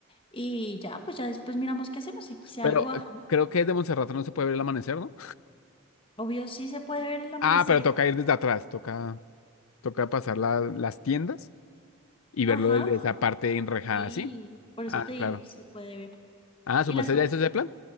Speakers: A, on the left (about 25°); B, on the left (about 80°).
A: y ya, pues ya después miramos qué hacemos. Si, si
B: Pero
A: algo bajamos,
B: eh, creo que desde Monserrate no se puede ver el amanecer, ¿no?
A: obvio sí se puede ver el amanecer.
B: Ah, pero toca ir desde atrás, toca. Toca pasar la- las tiendas y
A: Ajá,
B: verlo desde esa parte enrejada,
A: sí,
B: ¿sí?
A: por eso
B: Ah,
A: te digo
B: claro.
A: que se puede ver.
B: Ah, ¿su
A: Y
B: merced
A: las fotos,
B: ya hizo ese plan?